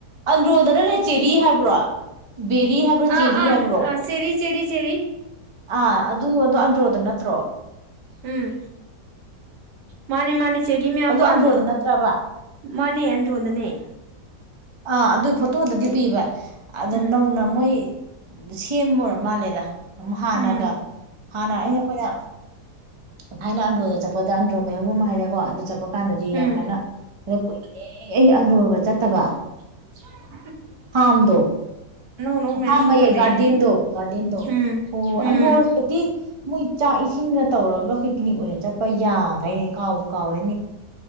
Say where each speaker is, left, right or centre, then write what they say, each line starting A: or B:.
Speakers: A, on the right; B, on the right.
A: ꯑꯟꯗ꯭ꯔꯣꯗ ꯅꯦ ꯆꯦꯔꯤ ꯍꯥꯏꯕ꯭ꯔꯣ ꯕꯦꯔꯤ ꯍꯥꯏꯕ꯭ꯔꯣ ꯆꯦꯔꯤ
B: ꯑꯥ ꯑꯥ
A: ꯍꯥꯏꯕ꯭ꯔꯣ
B: ꯑꯥ ꯆꯦꯔꯤ ꯆꯦꯔꯤ ꯆꯦꯔꯤ
A: ꯑꯥ ꯑꯗꯨ ꯑꯗꯣ ꯑꯟꯗ꯭ꯔꯣꯗ ꯅꯠꯇ꯭ꯔꯣ
B: ꯎꯝ ꯃꯥꯅꯦ ꯃꯥꯅꯤ ꯆꯦꯔꯤ ꯃꯌꯥꯝ
A: ꯑꯗꯨ
B: ꯄꯥꯝꯕꯗꯣ
A: ꯑꯟꯗ꯭ꯔꯣꯗ ꯅꯠꯇ꯭ꯔꯕ
B: ꯃꯥꯅꯦ ꯣꯗꯅꯦ
A: ꯑ ꯑꯗꯨ ꯐꯣꯇꯣꯗꯗꯤ ꯎꯏꯕ ꯑꯗ
B: ꯎꯝ
A: ꯅꯧꯅ ꯃꯣꯏ ꯁꯦꯝꯃꯨꯔ ꯃꯥꯜꯂꯦꯗ ꯑꯃꯨꯛ ꯍꯥꯟꯅꯒ
B: ꯎꯝ
A: ꯍꯥꯟꯅ ꯑꯩꯅ ꯑꯩꯈꯣꯏꯅ ꯊꯥꯏꯅ ꯑꯟꯗꯣꯗ ꯆꯠꯄꯗ ꯑꯟꯗ꯭ꯔꯣ ꯃꯩꯧ ꯑꯃ ꯍꯥꯏꯔꯄ ꯑꯗꯨ ꯆꯠꯄ ꯀꯥꯟꯗꯗꯤ ꯌꯥꯝ
B: ꯎꯝ
A: ꯀꯟꯅ ꯍꯗ ꯀꯨꯏꯦ ꯑꯩ ꯑꯟꯗ꯭ꯔꯒ ꯆꯠꯇꯕ
B: ꯎ
A: ꯐꯥꯝꯗꯣ
B: ꯑꯅꯧꯕ ꯃꯌꯥꯝ
A: ꯐꯥꯝ
B: ꯁꯦꯝꯒꯠꯂꯛꯑꯦ
A: ꯑꯩꯌꯦ ꯒꯥꯔꯗꯦꯟꯗꯣ ꯒꯥꯔꯗꯦꯟꯗꯣ
B: ꯎꯝ
A: ꯍꯣ
B: ꯎꯝ
A: ꯑꯟꯗꯣꯔꯗꯗꯤ ꯃꯣꯏ ꯆꯥꯛ ꯏꯁꯤꯡꯒ ꯇꯧꯔꯒ ꯄꯤꯛꯅꯤꯛ ꯑꯣꯏꯅ ꯆꯠꯄ ꯌꯥꯗꯥꯏꯅꯦ ꯀꯥꯎꯕ ꯀꯥꯎꯔꯦ ꯅꯔ